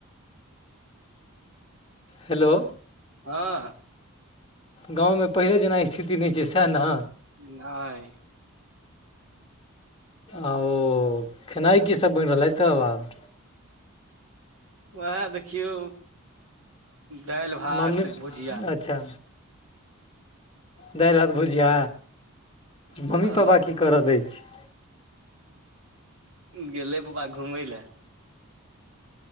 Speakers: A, on the left; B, on the right.
A: हेलो।
B: हँ।
A: गांवमे पहिले जेना स्थिति नहि छै सएह ने?
B: नै।
A: आ ओ खेनाइ कीसभ बनि रहलै तब आब?
B: उएह देखियौ दालि भात
A: मम्मी
B: भुजिया।
A: अच्छा। दैल भात भुजीया? मम्मी
B: हँ
A: पापा की करऽ दै छै?
B: गेलै पप्पा घुमय लए।